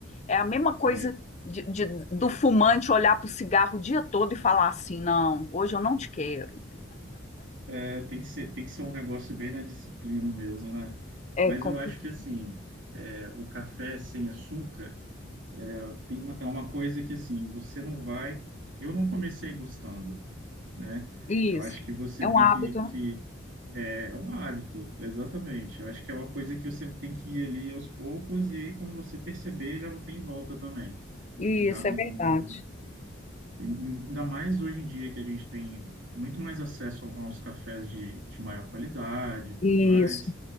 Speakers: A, on the left (about 35°); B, on the right (about 70°).
A: É a mesma coisa
B: é,
A: de- de- do fumante olhar para o cigarro o dia todo e falar assim: não, hoje eu não te quero.
B: é, tem que ser, tem que ser um negócio bem na disciplina mesmo, né?
A: É
B: Mas
A: complicado.
B: eu acho que assim, é, o café sem açúcar tem uma, é uma coisa que assim, você não vai. Eu não comecei gostando, né?
A: Isso.
B: Eu acho que você
A: É
B: tem
A: um hábito,
B: que,
A: né?
B: que é é um hábito, exatamente. Eu acho que é uma coisa que você tem que ir ali aos poucos e aí quando você perceber já não tem volta também.
A: Isso,
B: Já não,
A: é verdade.
B: ainda mais hoje em dia que a gente tem muito mais acesso a uns cafés de, de maior qualidade e tudo
A: Isso,
B: mais,